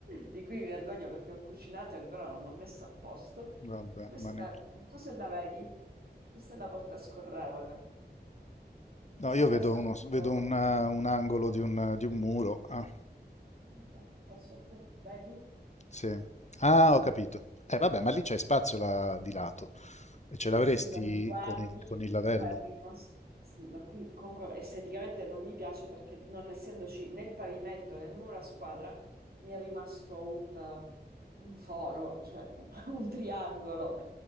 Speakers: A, on the right (about 60°); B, on the left (about 40°).
A: di cui mi vergogno perché ho cucinato e ancora non ho messo a posto.
B: Vabbè,
A: Questa,
B: ma ne-
A: non so se la vedi, questa è la porta scorrevole,
B: No,
A: si
B: io
A: incastra
B: vedo, uno,
A: questo,
B: vedo un, eh, un angolo di un, di un muro. Ah,
A: ok, questo appunto, vedi?
B: sì. Ah, ho capito. Eh, vabbè, ma lì c'è spazio là di lato. E ce l'avresti
A: Sì, ma se guardi,
B: con il, con
A: eh,
B: il lavello?
A: qua è rimasto. Sì, ma qui comunque esteticamente non mi piace perché non essendoci né il pavimento né il muro a squadra, mi è rimasto un, eh, un foro, cioè <laughs> un triangolo.